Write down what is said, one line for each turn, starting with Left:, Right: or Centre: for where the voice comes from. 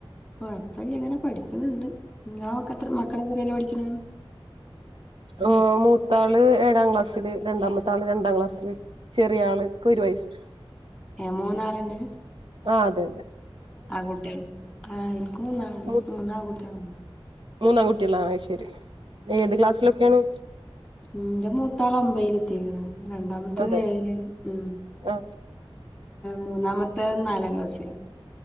Centre: കുഴപ്പില്ല അങ്ങനെ പഠിക്കുന്നുണ്ട് നിങ്ങളക്കെ എത്ര മക്കളെ എത്രല്ലോ പഠിക്കണാണ്
Right: ഓ മൂത്താള് ഏഴാം ക്ലാസ്സില് രണ്ടാമത്താള് രണ്ടാം ക്ലാസ്സില് ചെറിയ ആള്ക്ക് ഒരു വയസ്
Centre: ഏ മൂന്നാളെന്നെ
Right: ആഹ അതെതെ
Centre: ആൺ കുട്ടികള് ആ എനിക്ക് മൂന്ന
Right: മൂ
Centre: മൂന്നാൺകുട്ടികളാണ്
Right: മൂന്നാൺ കുട്ടികളാ അത്ശരി ഏത് ക്ലാസ്സിലൊക്കെയാണ്
Centre: ഉന്റെ മൂത്താള് ഒമ്പതിൽ എത്തിക്കണ് രണ്ടാമത്തത്
Right: അതെ
Centre: ഏഴില് ഉം
Right: ആഹ്
Centre: മൂന്നാമത്തെ ത നാലാം ക്ലാസില്